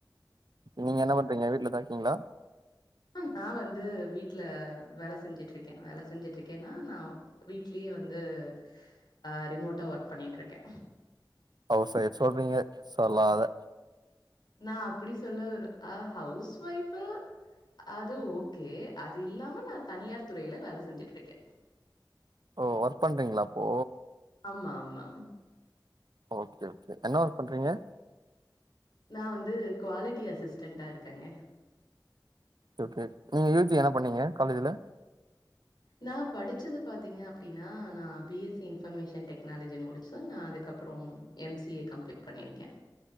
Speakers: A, on the right; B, on the left.
A: நீங்க என்ன பண்றீங்க வீட்ல தா இருக்கீங்களா
B: நா வந்து வீட்ல வேல செஞ்சுட்ருக்கே வேல செஞ்சுட்ருக்கேனா நா வீட்லயே வந்து ஆ ரிமோட்டா ஒர்க் பண்ணிட்ருக்கே
A: ஹவுஸ் ஒய்ஃப் சொல்றீங்க சொலாத
B: நா அப்டி சொல்ல வர ஆ ஹவுஸ் ஒய்ஃபு அது ஓகே அது இல்லாம நா தனியார் துறைல வேல செஞ்சுட்ருக்கே
A: ஓ ஒர்க் பண்றீங்கலா அப்போ
B: ஆமா ஆமா
A: ஓகே ஓகே என்னா ஒர்க் பண்றீங்க
B: நா வந்து குவாலிட்டி அசிஸ்டன்டா இருக்கேங்க
A: ஓகே ஓகே நீங்க யூ ஜி என்னா பண்ணீங்க காலேஜுல
B: நா படுச்சது பாத்தீங்க அப்டின்னா நா B S C information technology முடுச்சு நா அதுகப்பறம் எம் சி ஏ கம்ளீட் பண்ணிருக்கே